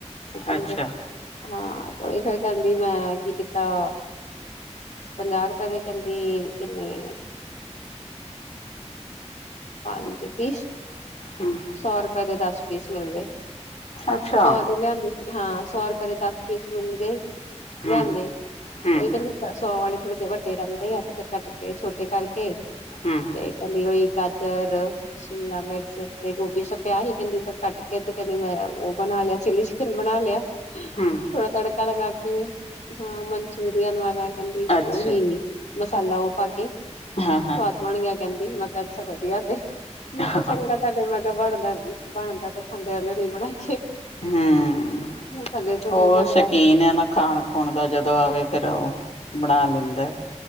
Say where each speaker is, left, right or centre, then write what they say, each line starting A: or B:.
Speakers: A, on the left; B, on the left.
A: ਚਿਕਨ
B: ਅੱਛਾ
A: ਹਾਂ ਫਿਰ ਕਹਿੰਦੀ ਮੈਂ ਕੀ ਕੀਤਾ ਪੰਜਾਹ ਰੁਪਏ ਦੇ ਕਹਿੰਦੇ ਕਿੰਨੇ ਨੀ ਪੰਜ ਪੀਸ
B: ਹਮ
A: ਸੌ ਰੁਪਏ ਦੇ ਦਸ ਪੀਸ ਮਿਲਦੇ
B: ਅੱਛਾ
A: ਸੌ ਦੇ ਲਿਆਂਦੇ ਸੀ ਹਾਂ ਸੌ ਰੁਪਏ ਦੇ ਦਸ ਮਿਲ ਗਏ
B: ਹਮ
A: ਲਿਆਨਦੇ
B: ਹਮ
A: ਉਹੀ ਕਹਿੰਦੀ ਸੌ ਵਾਲੇ ਥੋੜੇ ਜਿਹੇ ਵੱਡੇ ਰਹਿੰਦੇ ਆ ਤੇ ਫੇਿਰ ਕੱਟ ਕੇ ਛੋਟੇ ਕਰਕੇ
B: ਹਮ
A: ਫਿਰ ਤਲੀ ਹੋਈ ਗਾਜਰ ਸ਼ਿਮਲਾ ਮਿਰਚ ਤੇ ਗੋਭੀ ਸਬ ਪਿਆ ਹੀ ਕਹਿੰਦੀ ਸਭ ਕਟ ਕੇ ਤੇ ਕਹਦੀ ਮੈਂ ਉਹ ਬਣਾ ਲਿਆ ਚੀ ਚਿਕਨ ਬਣਾ ਲਿਆ
B: ਹਮ
A: ਥੋੜਾ ਤੜਕਾ ਲਗਾ ਕੇ ਹਾਂ ਮਨਚੂਰੀਅਨ ਵਾਲਾ ਕਹਿੰਦੀ
B: ਅੱਛਾ
A: ਉਹੀ ਮਸਾਲਾ ਉਹ ਪਾ ਕੇ ਸਵਾਦ
B: ਹਾਂ
A: ਬਣ ਗਿਆ ਕਹਿੰਦੀ ਮੈ ਕਿਹਾ ਵਧੀਆ ਤੇ ਮੈਂ
B: ਹਾਂ
A: ਕਿਹਾ ਚੰਗਾ ਤੁਹਾਡੇ ਮੈਂ ਕਿਹਾ ਬਣਦਾ ਬਣਦਾ ਤੇ ਖਾਂਦੇ ਰਹਿੰਦੇ ਨ ਬਣਾ ਕੇ <unintelligible>
B: ਹੈ
A: ਸਾਡੇ ਤੋਂ ਨੀ
B: ਉਹ
A: ਬਣਦਾ
B: ਸ਼ਕੀਨ ਆ ਨਾ ਖਾਣ ਹੁਣ ਦਾ ਜਦੋਂ ਆਵੇ ਫਿਰ ਉਹ ਬਣਾ ਲੈਂਦਾ ਐ